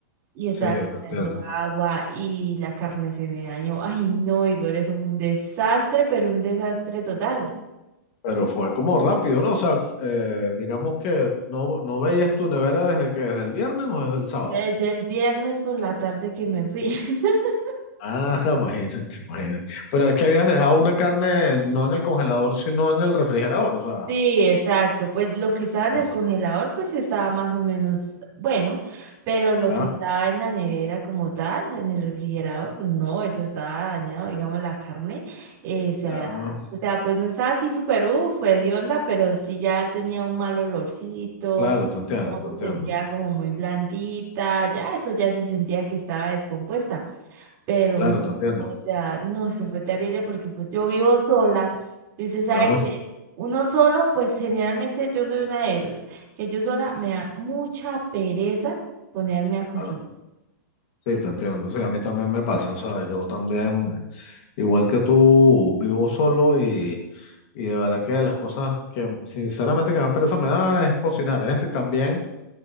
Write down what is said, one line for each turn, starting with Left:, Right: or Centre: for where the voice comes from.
Right: Y estaba
Left: sí,
Right: chorreando
Left: te entiendo.
Right: agua y la carne se me dañó. Ay, no, Igor, eso fue un desastre, pero un desastre total.
Left: Pero fue como rápido, ¿no? O sea, eh, digamos que no, no veías tu nevera desde que, desde el viernes o desde el sábado.
Right: Desde el viernes por la tarde que me fui. <laughs>
Left: Ah, <laughs> imagínate, imagínate. Pero es que habías dejado una carne no en el congelador, sino en el refrigerador. O sea,
Right: Sí, exacto. Pues lo que estaba en
Left: bueno,
Right: el congelador, pues estaba más o menos bueno, pero lo
Left: ya,
Right: que estaba en la nevera como tal, en el refrigerador, no, eso estaba dañado, digamos, la carne, eh, se
Left: ya.
Right: había- o sea, pues no estaba así súper, uff, hedionda, pero sí ya tenía un mal olorcito,
Left: Claro, te entiendo,
Right: ya
Left: te
Right: se
Left: entiendo.
Right: sentía como muy blandita, ya eso ya se sentía que estaba descompuesta. Pero
Left: Claro,
Right: no,
Left: te entiendo.
Right: o sea, no, eso fue terrible porque pues yo vivo sola y usted sabe
Left: Claro,
Right: que uno solo, pues generalmente yo soy una de esas, que yo sola me da mucha pereza ponerme a cocinar.
Left: claro. Sí, te entiendo. Sí, a mí también me pasa. O sea, yo también, igual que tú, vivo solo y, y de verdad que las cosas que sinceramente que más pereza me da es cocinar. Es decir, también,